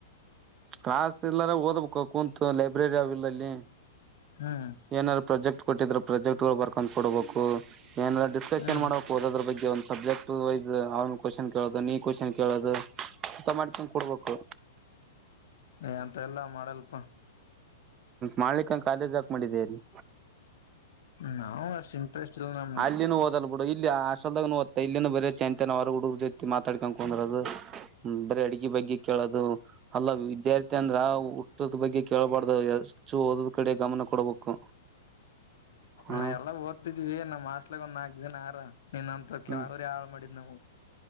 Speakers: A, on the right (about 30°); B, on the left (about 70°).
A: ಕ್ಲಾಸ್ ಇಲ್ಲಾರ ಓದ್ಬೇಕ ಕುೂಂತು ಲೈಬ್ರರಿ ಅವಿಲ್ಲಲ್ಲಿ
B: ಹ್ಮ್
A: ಏನಾರು ಪ್ರಾಜೆಕ್ಟ್ ಕೊಟ್ಟಿದ್ರ ಪ್ರೊಾಜೆಕ್ಟ್ ಗಳು ಬರ್ಕೊಂಡ್ ಕೊಡಬೇಕು ಏನೆಲ್ಲ ಡಿಸ್ಕಶನ್
B: ಹ್ಮ್
A: ಮಾಡ್ಕ್ ಹೋದ್ರ ಬಗ್ಗೆ ಒ ಸಬ್ಜೆಕ್ಟ್ ವೈಸ್ ಅವನು ಕ್ವಶನ್ ಕೇಳದು ನೀ ಕ್ವನ್ ಕೇಳುದು ಇಂತ ಮಾಡಿ ತಿೊಂಡ ಕೊಡ್ಬೇಕು
B: ಏ ಅಂತ ಎಲ್ಲಾ ಮಾಡಲ್ಪ
A: ಮಾಡಿಕಂಗ ಕಾದೇಜ್ ಹಾಕ್ ಮಾಡಿದ್ದೇಲ್ಲಿ
B: ನಾವವು ಅಷ್ಟ ಇಂಟ್ರೆಸ್ಟ್ ಇಲ್ಲ ನಮಗೆ
A: ಅಲ್ಲಿನೂ ಓದಲ್ ಬಿಡು ಇಲ್ಲಿ ಆ ಹಸ್ಟೆಲ್ದಾಗ ನಓದತ್ತಾ ಇಲ್ಲಿ ಬೇರೆ ಚಂತನರ ಹುಡುಗರ್ ಜೊತಿ ಮಾತಾಡ್ ಕಕೊಂಡರದು ಬೇರೆ ಅಡಗೆ ಬಗ್ಗೆ ಕೇಳೋದು ಅಲ್ಲ ವಿದ್ಯಾರ್ಥಿ ಅಂದ್ರ ಹುಟ್ಟದ ಬಗ್ಗೆ ಕೇಳಬಾರ್ದ ಅಷ್ಟು ಓದೋದ್ ಕಡೆ ಗಮನ ಕೊಡ್ಬೇಕು ಹಾ
B: ನಾ ಎಲ್ಲ ಓದ್ತಿದ್ವಿ ನಮ್ಮ್ ಆಸ್ಟ್ಲಗ್ ಒಂದ ನಾಲ್ಕ್ು ಜನ ಆರ ನಿನ್
A: ಹ್ಮ್
B: ರಳ ಮಟ್ಟೆ ಇದ ನಮ್ಗೂ